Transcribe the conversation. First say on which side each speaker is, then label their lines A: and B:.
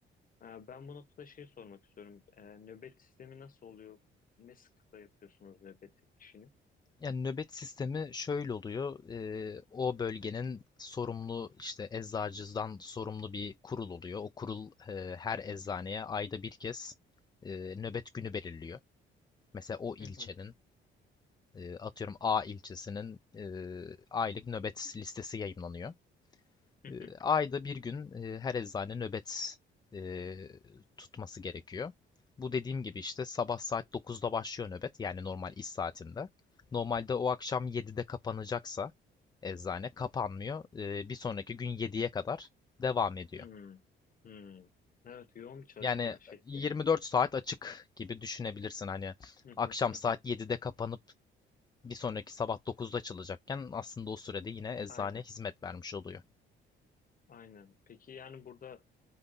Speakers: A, on the left; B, on the left.
A: Ee, Ben bu noktada şey sormak istiyorum. Ee, Nöbet sistemi nasıl oluyor? Ne sıklıkla yapıyorsunuz nöbet işini?
B: Yani nöbet sistemi şöyle oluyor. eee, o bölgenin sorumlu işte eczacıdan sorumlu bir kurul oluyor. O kurul eee, her eczaneye ayda bir kez eee, nöbet günü belirliyor. Mesela o ilçenin
A: Hı hı,
B: eee, atıyorum A ilçesinin eee, aylık nöbet listesi yayımlanıyor.
A: hı
B: E,
A: hı,
B: ayda bir gün e, her eczane nöbet e, tutması gerekiyor. Bu dediğim gibi işte sabah saat 9'da başlıyor nöbet yani normal iş saatinde. Normalde o akşam 7'de kapanacaksa eczane kapanmıyor. E, bir sonraki gün 7'ye kadar devam ediyor.
A: hı, hı. Evet, yoğun bir çalışma
B: Yani
A: şekli.
B: 24 saat açık gibi düşünebilirsin. Hani
A: Hı hı,
B: akşam
A: hı
B: saat
A: hı.
B: 7'de kapanıp bir sonraki sabah 9'da açılacakken aslında o sürede yine eczane
A: Aynen,
B: hizmet vermiş oluyor.
A: aynen. Peki yani burada